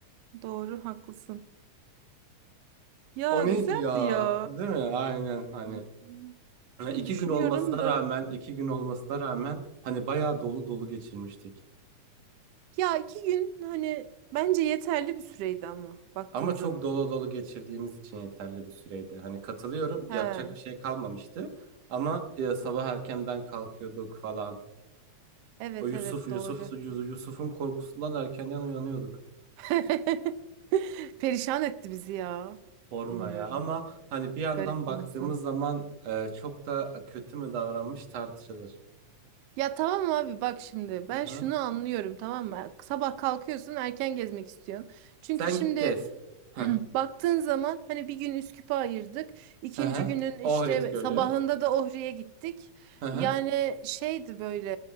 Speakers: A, on the right; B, on the right.
A: Doğru haklısın. Ya
B: O neydi
A: güzeldi
B: ya?
A: ya.
B: Değil mi? Aynen hani.
A: Hmm.
B: Ha,
A: Şimdi
B: iki
A: düşünüyorum
B: gün olmasına
A: da.
B: rağmen, iki gün olmasına rağmen hani bayağı dolu dolu geçirmiştik.
A: Ya iki gün hani bence yeterli bir süreydi ama baktığın
B: Ama
A: zaman.
B: çok dolu dolu geçirdiğimiz için yeterli bir süreydi. Hani katılıyorum, yapacak
A: Ha.
B: bir şey kalmamıştı. Ama e, sabah erkenden kalkıyorduk falan.
A: Evet
B: O Yusuf,
A: evet
B: Yusuf,
A: doğru.
B: Yusuf- Yusuf'un korkusundan erkenden uyanıyorduk.
A: <laughs> Perişan etti bizi ya.
B: Sorma
A: Bilmiyorum.
B: ya. Ama hani bir yandan
A: Garip
B: baktığımız
A: bir insan.
B: zaman e, çok da kötü mü davranmış tartışılır.
A: Ya tamam abi bak şimdi
B: Hı
A: ben
B: hı.
A: şunu anlıyorum tamam mı? Sabah kalkıyorsun erken gezmek istiyorsun. Çünkü
B: Sen
A: şimdi
B: git gez. Hı
A: <clears throat> baktığın zaman hani bir gün Üsküp'e ayırdık. ikinci
B: hı. hı.
A: günün işte
B: Ohrid Gölü.
A: sabahında da Ohri'ye gittik.
B: Hı hı.
A: Yani şeydi böyle